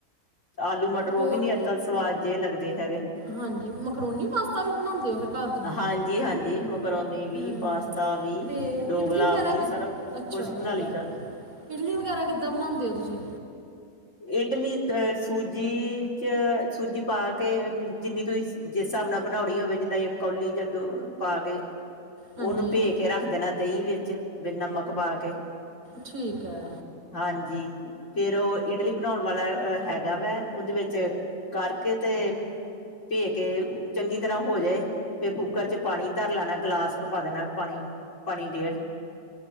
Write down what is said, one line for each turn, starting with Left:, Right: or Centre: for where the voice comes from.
Left: ਆਲੂ ਮਟਰ
Right: ਹੋਰ
Left: ਉਹ ਵੀ ਨੀ ਅੱਜ ਕੱਲ ਸਵਾਦ ਜਿਹੇ ਲੱਗਦੇ ਹੈਗੇ
Right: ਹਾਂਜੀ ਮਕਰੂਨੀ ਪਾਸਤਾ ਵੀ ਬਣਾਉਂਦੇ ਹੋ ਫਿਰ ਘਰ ਤੁਸੀਂ ਹ
Left: ਹਾਂਜੀ ਹਾਂਜੀ ਮਕਰੋਨੀ ਵੀ ਪਾਸਤਾ ਵੀ
Right: ਅਤੇ
Left: ਡੋਗਲਾ
Right: ਇਡਲੀ ਵਗੈਰਾ
Left: ਵੀ
Right: ਕਿ
Left: ਸਾਰਾ
Right: ਅੱਛਾ
Left: ਕੁਛ ਬਣਾ
Right: ਠੀਕ
Left: ਲਈ
Right: ਹੈ
Left: ਦਾ
Right: ਇਡਲੀ ਵਗੈਰਾ ਕਿੱਦਾਂ ਬਣਾਉਂਦੇ ਹੋ ਤੁਸੀਂ
Left: ਇਡਲੀ ਅ ਸੂਜੀ ਚ ਸੂਜੀ ਪਾ ਕੇ ਜਿੰਨੀ ਤੁਸੀਂ ਜਿਸ ਹਿਸਾਬ ਨਾਲ ਬਣਾਉਣੀ ਹੋਵੇ ਜਿੱਦਾਂ ਇਕ ਕੌਲੀ ਜਾਂ ਦੋਪਾ ਕੇ
Right: ਹਾਂਜੀ
Left: ਉਹਨੂੰ ਭੇ ਕੇ ਰੱਖ ਦੇਣਾ ਦਹੀਂ ਵਿੱਚ ਵੀ ਨਮਕ ਪਾ ਕੇ
Right: ਠੀਕ ਹੈ
Left: ਹਾਂਜੀ ਫੇਰ ਉਹ ਇਡਲੀ ਬਣਾਉਣ ਵਾਲਾ ਹੈਗਾ ਵਾ ਉਹਦੇ ਵਿੱਚ ਕਰਕੇ ਤੇ ਭੇ ਕੇ ਚੰਗੀ ਤਰ੍ਹਾਂ ਹੋ ਜਾਏ ਫਿਰ ਕੁੂੱਕਰ'ਚ ਪਾਣੀ ਧਰ ਲੈਣਾ, ਗਲਾਸ ਕ ਪਾ ਦੇਣਾ, ਪਾਣੀ ਪਾਣੀ ਡੇਢ